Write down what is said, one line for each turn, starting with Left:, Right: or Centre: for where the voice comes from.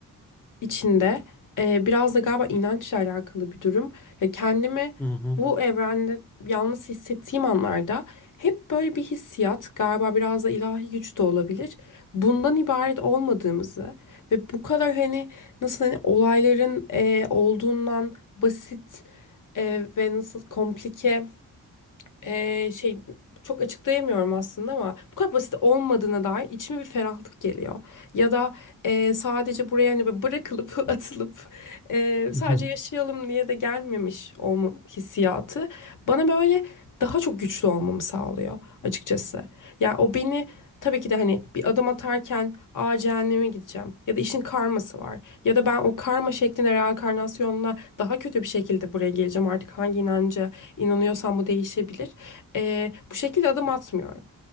Left: içinde e, biraz da galiba inançla alakalı bir durum. Ya kendimi
Centre: Hı hı.
Left: bu evrende yalnız hissettiğim anlarda hep böyle bir hissiyat galiba biraz da ilahi güç de olabilir. Bundan ibaret olmadığımızı ve bu kadar hani nasıl hani olayların e, olduğundan basit e, ve nasıl komplike ee, şey çok açıklayamıyorum aslında ama bu kadar basit olmadığına dair içime bir ferahlık geliyor. Ya da e, sadece buraya hani böyle bırakılıp <laughs> atılıp e,
Centre: <laughs>
Left: sadece
Centre: Hı hı.
Left: yaşayalım diye de gelmemiş olma hissiyatı bana böyle daha çok güçlü olmamı sağlıyor açıkçası. Yani o beni tabii ki de hani bir adım atarken aa cehenneme gideceğim ya da işin karması var ya da ben o karma şeklinde reenkarnasyonla daha kötü bir şekilde buraya geleceğim artık hangi inanca inanıyorsam bu değişebilir e, bu şekilde adım atmıyorum.